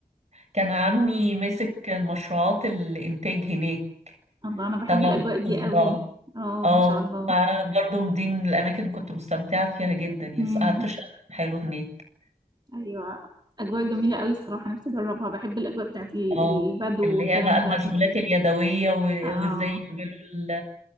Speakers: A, on the right; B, on the right.
A: كان عمي ماسك المشروعات الإنتاج هناك
B: الله انا بحب
A: تبع
B: الاجواء
A: وزارة
B: دي
A: الزراعة
B: قوي اه
A: اه
B: ما شاء الله
A: فبرضه دي من الأماكن اللي كنت مستمتعة فيها جدا يعني
B: امم
A: قعدت شهر حلو هناك
B: ايوه اجواء جميله قوي الصراحه نفسي اجربها بحب الاجواء بتاعت ال-
A: اه
B: البدو
A: اللي
B: والكلام
A: هي بقى المشغولات
B: ده
A: اليدوية و-
B: اه
A: وازاي يعملوا ال-